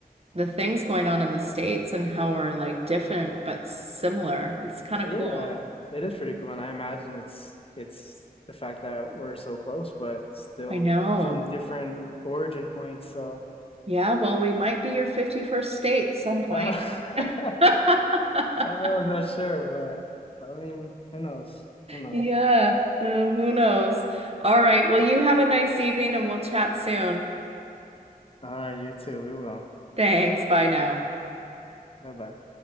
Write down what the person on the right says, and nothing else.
the things going on in the States and how we're like different but similar. It's kind of
cool.
I know.
Yeah, well, we might be your 51st state some point.
<laughs>
Yeah, who who knows? All right. Well, you have a nice evening and we'll chat soon.
Thanks. Bye now.